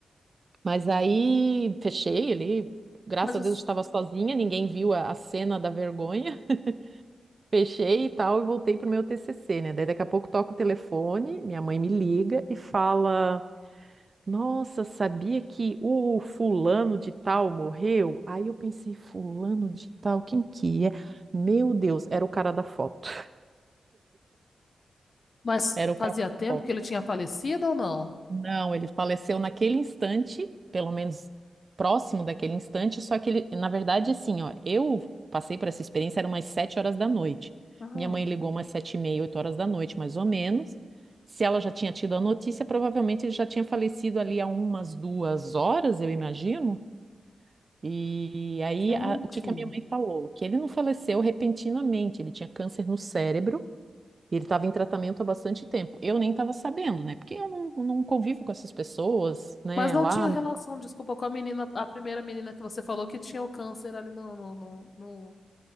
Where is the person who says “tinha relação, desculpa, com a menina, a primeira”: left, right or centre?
Left